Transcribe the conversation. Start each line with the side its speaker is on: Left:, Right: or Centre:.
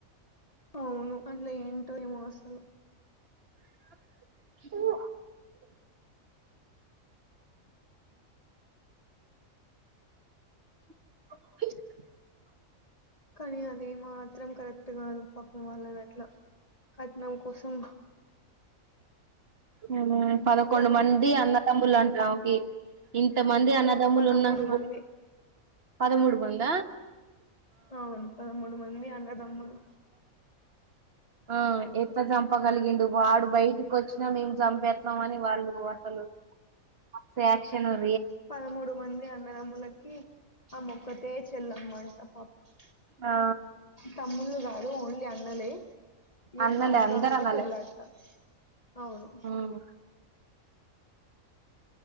Left: అవును అందులో ఏంటో ఈమోసలు
Right: <unintelligible> <unintelligible>
Left: కానీ అది మాత్రం కరెక్ట్ కాదు పాపం వాళ్లనీ అట్ల కట్నం కోసం
Right: హమ్ పదకొండు
Left: కదా
Right: మంది అన్నదమ్ములు అంట అమేకి ఇంత మంది అన్నదమ్ములు
Left: పదమూడు
Right: ఉన్నాక
Left: మంది
Right: కూడా పదమూడు మంద
Left: అవును పదమూడు మంది అనదమ్ములు
Right: ఆ ఎట్ల చంపగలిగిండు వాడు బయటికి వచ్చి మేము చంపేస్తున్నాం అని వాళ్ళు అసలు మస్త్ యాక్ చ <unintelligible>
Left: పదమూడు మంది అన్నదమ్ములకి అమే ఒకటే చెల్లమ్మ అంట పాపం
Right: ఆ
Left: తమ్ములు గా ఓన్లీ అన్నలే ఏమో
Right: అన్నలే
Left: ఉక్కమనే
Right: అందరు అన్నలే
Left: చెల్ అంట అవును
Right: ఉమ్